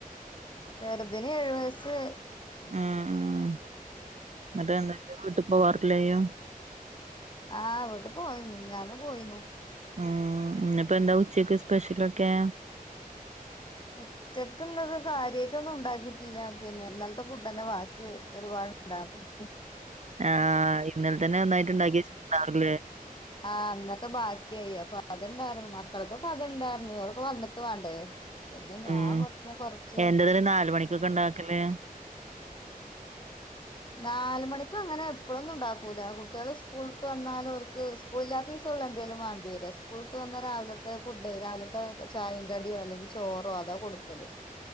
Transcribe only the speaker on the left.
ചെറുതിന് ഏഴു വയസ്സ്
ആഹ് വീട്ടിക്ക് പോകല് ഇണ്ട് മിഞാന്ന് പോയിനു
ഉച്ചക്ക് ഇന്ന് കാര്യയിട്ടോന്നും ഉണ്ടാക്കിട്ടില്ല പിന്നെ ഇന്നൽത്തെ ഫുഡന്നെ വാ ഒരു പാടുണ്ടാകും
<unintelligible>
ആഹ് ഇന്നത്തെ ബാക്കിയായി അപ്പൊ അത്ണ്ടായിരുന്നു മക്കൾക്കൊക്കെ അത്ണ്ടായിരുന്നു ഇവർക്ക് വന്നിട്ട് വാണ്ടേ <unintelligible>
നാല് മണിക്കങ്ങനെ എപ്പളൊന്നും ഇണ്ടാക്കൂല കുട്ടികള് സ്കൂള് വിട്ട് വന്നാല് ഓർക്ക് സ്ക്കൂള് ഇല്ലാത്ത ദിവസ ഒള്ളു എന്തെലും വാണ്ടയത് സ്ക്കൂള് വിട്ട് വന്നാ രാവിലത്തെ ഫുഡ് രാവിലത്തെ ചായേം കടിയോ അല്ലെങ്കി ചോറോ അതാ കൊട്ക്കല്